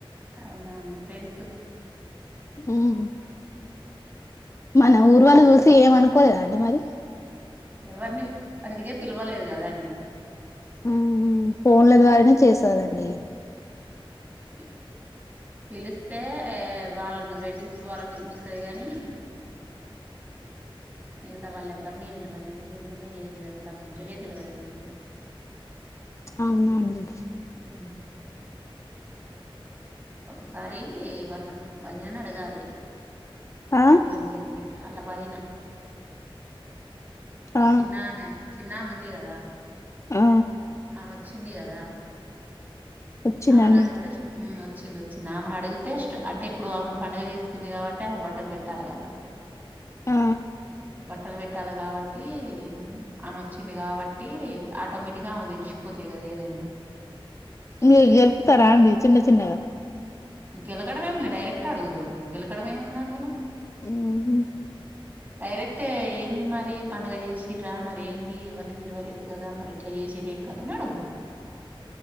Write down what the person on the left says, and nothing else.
మ్మ్ మన ఊరు వాళ్ళు చూసి ఏం అనుకోలేదండి మరి
మ్మ్ హ్మ్ ఫోన్ల ద్వారానే చేసాదండి
అవునా అండి
ఆ
ఆ
ఆ
వచ్చిందండి
ఆ
మీరు గెలుపుతారా అండి చిన్న చిన్నగా
మ్మ్ హుమ్మ్